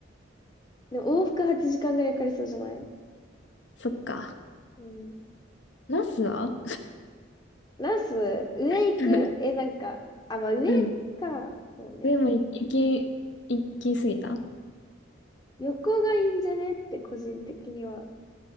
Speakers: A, on the left; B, on the left.
A: でも往復8時間ぐらいかかりそうじゃない
B: そっか。
A: うん。
B: ナスは
A: ナス、上行くえ、
B: <laughs>
A: なんか、あ、まあ上か。
B: うん。
A: そうね。
B: でも、い行き、行き過ぎた
A: 横がいいんじゃねって個人的には。